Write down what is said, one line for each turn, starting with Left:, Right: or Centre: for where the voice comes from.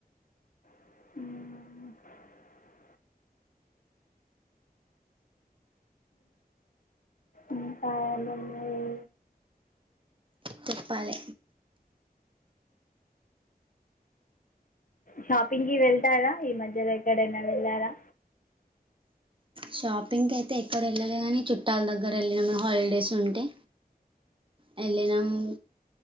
Left: ఉం ఇంక ఏమున్నాయి
Right: చెప్పాలె
Left: షాపింగ్ కి వెళ్తారా ఈ మధ్యలో ఎక్కడైనా వెళ్ళారా
Right: షాపింగ్ అయితే ఎక్కడ వెళ్ళలే కానీ చుట్టాల దగ్గర వెళ్ళినం హాలిడేస్ ఉంటే వెళ్ళినాము